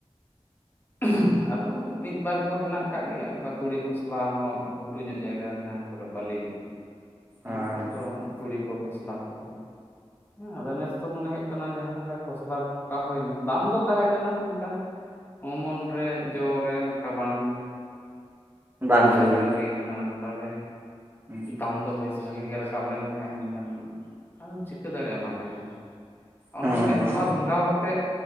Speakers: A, on the left; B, on the right.
A: ᱾ ᱟᱫᱚ ᱢᱤᱫ ᱵᱟᱨ ᱠᱚ ᱦᱮᱱᱟᱜ ᱟᱠᱟᱫ ᱜᱮᱭᱟ ᱚᱱᱠᱟ ᱛᱩᱲᱤ ᱠᱷᱚᱥᱞᱟ ᱦᱚᱸ ᱜᱷᱩᱴᱩ ᱧᱚᱜ ᱡᱟᱭᱜᱟ ᱡᱟᱦᱟᱸ ᱠᱚᱨᱮ ᱵᱟᱹᱞᱤᱧᱚᱜ ᱚᱱᱟ
B: ᱚ
A: ᱠᱚᱨᱮ ᱫᱚ ᱛᱩᱲᱤ ᱠᱚ ᱠᱷᱚᱥᱞᱟ ᱠᱚ ᱦᱮᱸ ᱟᱫᱚ ᱱᱮᱥ ᱫᱚ ᱢᱚᱱᱮ ᱦᱩᱭᱩᱜ ᱠᱟᱱᱟ ᱡᱟᱦᱟᱸ ᱞᱮᱠᱟ ᱠᱷᱚᱥᱞᱟ ᱨᱮ ᱴᱷᱚᱠᱟᱣ ᱦᱩᱭᱱᱟ ᱫᱟᱢ ᱫᱚ ᱛᱟᱦᱮᱸ ᱠᱟᱱᱟ ᱢᱮᱱᱠᱷᱟᱱ ᱚᱢᱚᱱ ᱨᱮ ᱡᱚ ᱨᱮ ᱚᱱᱠᱟ ᱵᱟᱝ ᱦᱩᱭ
B: ᱵᱟᱝ
A: ᱦᱚᱪᱚ ᱫᱟᱲᱮ
B: ᱞᱮᱱᱟ
A: ᱦᱩᱭ ᱠᱟᱱᱟ ᱟᱫᱚ ᱛᱟᱦᱚᱞᱮ
B: <inaudible>
A: ᱫᱟᱢ ᱫᱚ ᱵᱮᱥ ᱵᱷᱟᱜᱮ ᱜᱮ ᱨᱟᱠᱟᱵ ᱞᱮᱱ ᱛᱟᱦᱮᱸᱫ ᱢᱮᱱᱠᱷᱟᱱ ᱟᱫᱚᱢ ᱪᱤᱠᱟᱹ ᱫᱟᱲᱮᱭᱟᱜ ᱢᱟ ᱞᱟᱹᱭ ᱢᱮ ᱚᱱᱟ
B: ᱦᱩᱸ
A: ᱦᱚᱸ ᱢᱤᱫ
B: ᱦᱩᱸ
A: ᱫᱷᱟᱣ ᱵᱷᱟᱸᱜᱟᱣ ᱠᱟᱛᱮᱜ